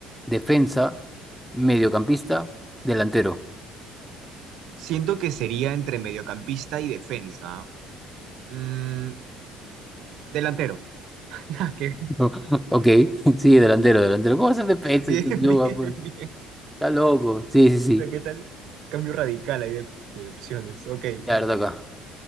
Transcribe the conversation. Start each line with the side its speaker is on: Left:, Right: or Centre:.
Centre: defensa, mediocampista, delantero.
Right: Siento que sería entre mediocampista y defensa. Mm, delantero. <laughs> Ah, qué-
Centre: <laughs> Ok, <laughs> sí, delantero, delantero. ¿Cómo va a ser defensa
Right: Bien,
Centre: Steve Yu?
Right: bien,
Centre: Pues?
Right: bien.
Centre: Está loco. Sí, sí, sí.
Right: sea, ¿Qué tal? Cambio radical ahí de, de opciones. Ok.
Centre: Ya, verdad acá.